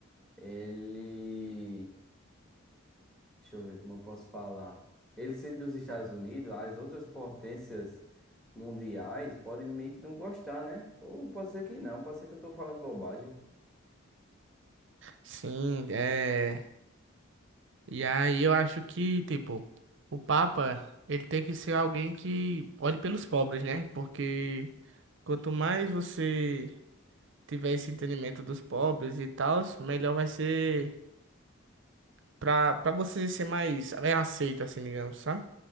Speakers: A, in the centre; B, on the right (about 60°).
A: Ele. Deixa eu ver como eu posso falar. Ele sendo dos Estados Unidos, as outras potências mundiais podem meio que não gostar, né? Ou pode ser que não, pode ser que eu tô falando bobagem.
B: Sim, é. E aí eu acho que, tipo, o Papa, ele tem que ser alguém que olhe pelos pobres, né? Porque quanto mais você tiver esse entendimento dos pobres e tal, melhor vai ser pra, pra você ser mais bem aceito, assim, digamos, sabe?